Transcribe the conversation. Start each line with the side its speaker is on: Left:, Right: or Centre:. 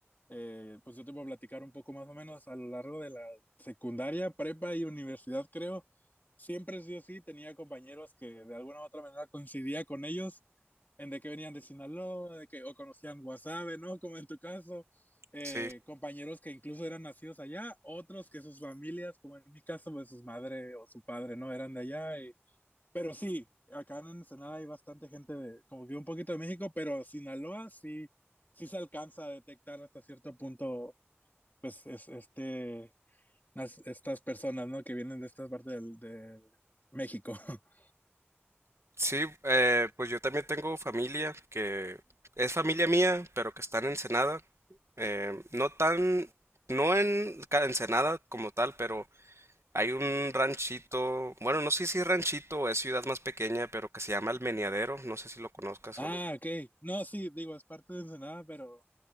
Left: Eh, pues yo te voy a platicar un poco más o menos a lo largo de la secundaria, prepa y universidad, creo. Siempre sí o sí tenía compañeros que de alguna u otra manera coincidía con ellos en de que venían de Sinaloa, de que o conocían Guasave, ¿no? Como en tu caso, eh,
Right: Sí.
Left: compañeros que incluso eran nacidos allá, otros que sus familias, como en mi caso, pues sus madre o su padre, ¿no? Eran de allá pero sí, acá en Ensenada hay bastante gente de, como que un poquito de México, pero Sinaloa sí, sí se alcanza a detectar hasta cierto punto, pues, es, este, las- estas personas, ¿no? Que vienen de estas partes del, de México. <laughs>
Right: Sí, eh, pues yo también tengo familia que es familia mía, pero que está en Ensenada. Eh, no tan, no en ca- Ensenada como tal, pero Hay un ranchito, bueno, no sé si es ranchito o es ciudad más pequeña, pero que se llama El Meneadero, no sé si lo conozcas
Left: Ah,
Right: o lo...
Left: ok. No, sí, digo, es parte de Ensenada, pero